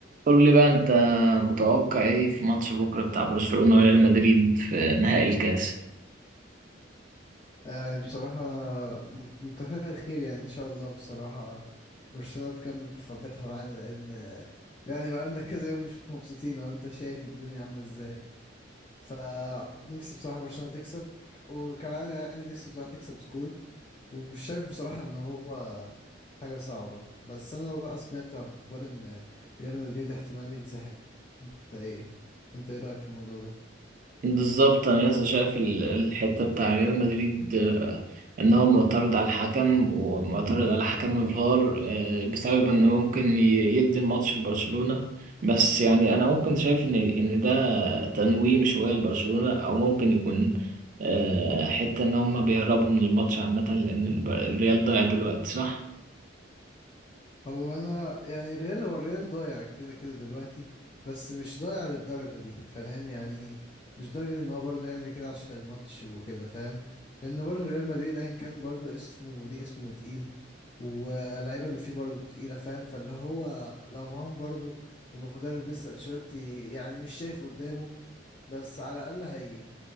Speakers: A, on the right; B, on the left.
A: قول لي بقى انت متوقع ايه في ماتش بكره بتاع برشلونه وريال مدريد في نهائي الكاس
B: يعني بصراحة متفق الخير يعني إن شاء الله بصراحة برشلونة تكمل فرحتها معانا لأن يعني بقالنا كذا يوم مش مبسوطين أو أنت شايف الدنيا عاملة إزاي فنفسي بصراحة برشلونة تكسب وكان يعني نفسي بصراحة تكسب سكور ومش شايف بصراحة إن هو حاجة صعبة بس أنا بقى سمعت أخبار إن ريال مدريد احتمال ينسحب أنت إيه أنت إيه رأيك في الموضوع ده؟
A: بالظبط انا لسه شايف ال- الحته بتاع ريال مدريد آه، ان هو معترض على الحكم ومعترض على حكم الفار آه، بسبب انه ممكن ي- يدي الماتش لبرشلونه بس يعني انا ممكن شايف ان ان ده تنويم شويه لبرشلونه او ممكن يكون آه، حته ان هم بيهربوا من الماتش عامه لان الب- الريال ضايع دلوقتي صح
B: هو انا يعني ريال هو الريال ضايع كده كده دلوقتي بس مش ضايع للدرجة دي فاهم يعني مش درجة ان هو برضه يعمل كده عشان الماتش وكده فاهم لان برضه ريال مدريد ايا كان برضه اسمه ليه اسمه تقيل واللعيبة اللي فيه برضه تقيلة فاهم فاللي هو لو معاهم برضه المدرب لسه انشيلوتي يعني مش شايف قدامه بس على الاقل هي